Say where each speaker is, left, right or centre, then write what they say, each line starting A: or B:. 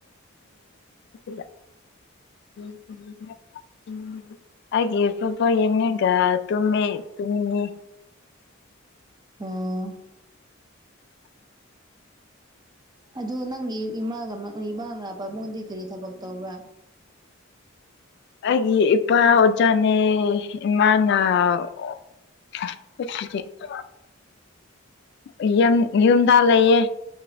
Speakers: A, on the left; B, on the right.
A: <unintelligible> <unintelligible> ꯑꯩꯒꯤ ꯐꯨꯠꯕꯣꯜ ꯌꯦꯡꯉꯒꯥ ꯇꯨꯝꯃꯦ ꯇꯨꯝꯅꯤꯡꯉꯦ
B: ꯑꯣ ꯑꯗꯨ ꯅꯪꯒꯤ ꯏꯃꯥꯒ ꯃ ꯏꯃꯥꯒ ꯄꯥꯕꯨꯡꯗꯤ ꯀꯔꯤ ꯊꯕꯛ ꯇꯧꯕ꯭ꯔꯥ
A: ꯑꯩꯒꯤ ꯏꯄꯥ ꯑꯣꯖꯥꯅꯦ ꯏꯃꯥꯅ ꯑꯣ <unintelligible> <inaudible> ꯌꯝ ꯌꯨꯝꯗ ꯂꯩꯌꯦ